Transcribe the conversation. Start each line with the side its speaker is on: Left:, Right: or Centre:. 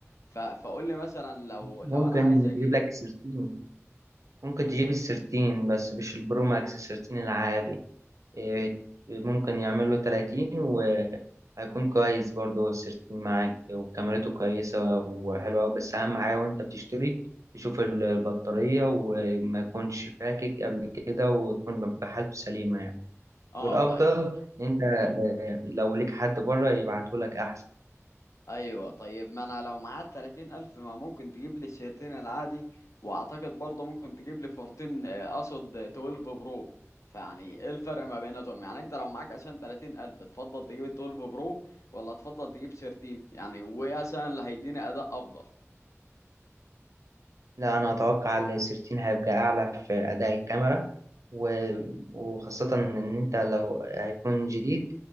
Left: ف... فقول لي مثلا لو
Right: ممكن
Left: لو انا عايز اجيب
Right: تجيب لك 13 ممكن تجيب السيرتين بس مش البرو ماكس السيرتين العادي إيه، ممكن يعمل له 30 وهيكون كويس برضه هو السيرتين معاك وكاميرته كويسة وحلوة أوي بس أهم حاجة وأنت بتشتري تشوف ال- البطارية وما يكونش فاكك قبل كده وتكون بحالته سليمة يعني
Left: اه
Right: والأفضل
Left: طيب
Right: إن أنت آه، لو ليك حد بره يبعتهولك أحسن.
Left: ايوه طيب ما انا لو معايا 30000 الف ما ممكن تجيب لي الشيرتين العادي واعتقد برضه ممكن تجيب لي فورتين آه، اقصد آه، 12 برو فيعني ايه الفرق ما بيناتهم يعني انت لو معاك عشان 30000 الف تفضل تجيب ال 12 برو ولا تفضل تجيب شيرتين يعني وايه عشان اللي هيديني اداء افضل
Right: لا أنا أتوقع السيرتين هيبقى أعلى في أداء الكاميرا و- وخاصة إن أنت لو هيكون جديد